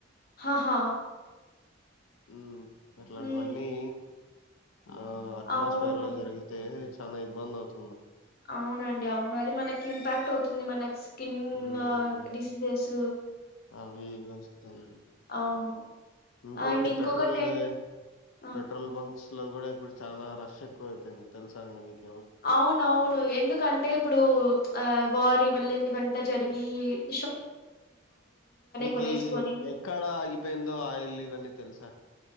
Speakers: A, on the left (about 50°); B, on the left (about 80°).
A: హాహా.
B: ఉమ్. అట్లాంటివన్నీ.
A: మ్మ్
B: ఆ అట్మాస్ఫియర్
A: అవును
B: లో జరిగితే. చానా ఇబందవుతు.
A: అవునండి అవును త్. మనకి ఇంపార్ట్ అవుతుంది మనక్స్. కిన్
B: హ్మ్.
A: మా ట్. డీస్ లేసు.
B: అవి ఇవి వొస్తాయి,
A: అవును
B: ఇంకోకటి
A: అండ్ ఇంకొకటి
B: పెట్రోల్లే
A: ఆ
B: పెట్రోల్ బంక్స్ లో కూడా, ఇప్పుడు చనా. రష్ ఎక్కువ అయిపోయింది తెలుసా అండి మీకి.
A: అవునవును ఎందుకంటే, ఇప్పుడు ఆ వారీ వల్లె, ఇవంతా జరిగి. ఈ.
B: మీకు
A: కొనేసుకొని
B: ఎక్కడా ఆగిపోయిందో ఆయిల్ ఇవన్నీ తెలుస.